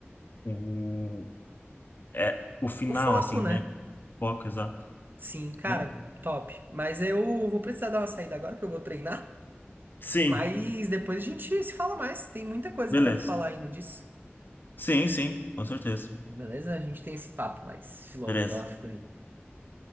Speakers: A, on the left; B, on the right.
A: O, é, o final,
B: O foco,
A: assim,
B: né?
A: né? Foco, exato.
B: Sim, cara,
A: Mas-
B: top. Mas eu vou precisar dar uma saída agora que eu vou treinar.
A: Sim,
B: Mas depois a gente se fala mais. Tem muita coisa
A: beleza.
B: que dá pra falar ainda disso.
A: Sim, sim, com certeza.
B: Beleza? A gente tem esse papo mais filosófico
A: Beleza.
B: aí.